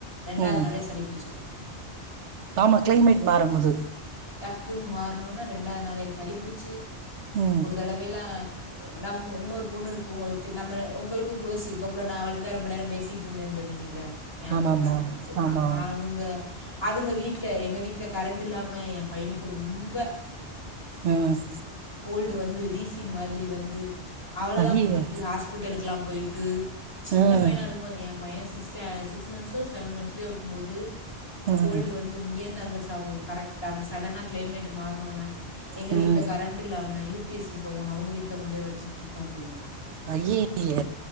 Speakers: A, on the left; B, on the right.
A: ரெண்டாவது
B: ம்
A: நாளே சளிபிடிச்சிடும்
B: ஆமா கிளைமேட் மாறும் போது
A: டக்குன்னு மாற்னோனு ரெண்டாவது நாளே சளிபிடிச்சி
B: ம்
A: ஒரு தடவேல்லாம் நம் இன்னொரு பொண்ணுக்கு உங்களுக்கு நம்ம உங்களுக்கும் க்ளோஸ் இப்ப கூட நான் அவள்கிட்டு தான் ரொம்ப நேரம் பேசிட்டு இருந்தேன்னு சொன்னீங்கல்ல ஞாபகம்யிருக்கா
B: ஆமாமா ஆமா
A: அவங்க அவங்க வீட்டில எங்கள் வீட்டில கரெண்ட் இல்லாமல் என் பையனுக்கு ரொம்ப
B: உஹம்
A: கோல்டு வந்து வீசிங் மாதிரி வந்து அவ்ளோதான்
B: ஐயையோ
A: கூட்டிகிட்டு ஹாஸ்பிட்டலுக்கலாம் போயி்ட்டு சின்ன
B: ம்
A: பையனா இருக்கும் போது என் பையன் சிக்ஸ் சிக்ஸ் மன்த்ஸோ செவன் மன்த்ஸ்லயோ இருக்கும்போது
B: ம்
A: கோல்டு வந்து இங்கந் அங்க ச கரெக்டா சடனா கிளைமேட் மாறனும் எங்க
B: ம்
A: வீட்ல கரண்ட் இல்லாம நம்ம யூபிஎஸ் இருக்கவும் அவங்க வீட்ல கொண்டே வச்சுட்டு உக்காந்துருந்தேன்
B: அய்யய்ய